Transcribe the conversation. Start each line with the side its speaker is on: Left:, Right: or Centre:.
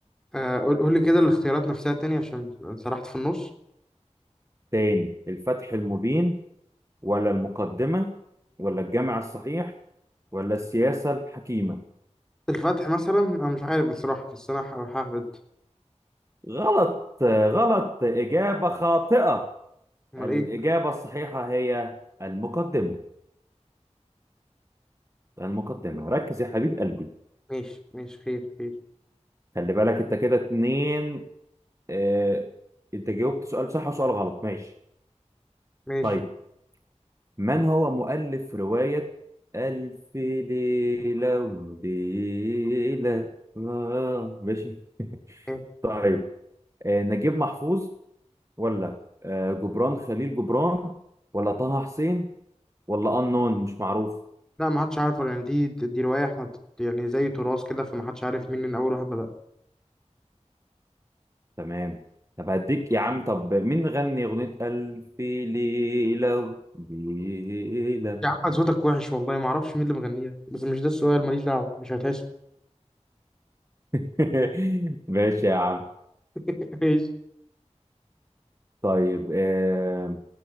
Centre: آه قول قول لي كده الاختيارات نفسها تاني عشان سرحت في النص
Right: تاني الفتح المبين ولا المقدمة ولا الجامع الصحيح ولا السياسة الحكيمة
Centre: الفتح مثلا انا مش عارف بصراحة بس انا ه- ههبد
Right: غلط غلط إجابة خاطئة
Centre: امال
Right: الإجابة
Centre: ايه
Right: الصحيحة هي المقدمة المقدمة ركز يا حبيب قلبي
Centre: ماشي ماشي خير خير
Right: خلي بالك أنت كده اتنين اه أنت جاوبت سؤال صح وسؤال غلط ماشي
Centre: ماشي
Right: طيب من هو مؤلف رواية ألف ليلة وليلة آه ماشي
Centre: خير.
Right: طيب اه نجيب محفوظ ولا اه جبران خليل جبران ولا طه حسين ولا أنون مش معروف
Centre: لا ما حدش عارفه يعني دي دي رواية احنا ت- يعني زي تراث كده فما حدش عارف مين اللي اول واحد بدأ
Right: تمام طب هديك يا عم طب مين غني أغنية ألف ليلة ليلة
Centre: يا عم صوتك وحش والله ما اعرفش مين اللي مغنيها بس مش ده السؤال ماليش دعوة مش هتحسب
Right: <laughs> ماشي يا عم
Centre: <laughs> ماشي
Right: طيب آه...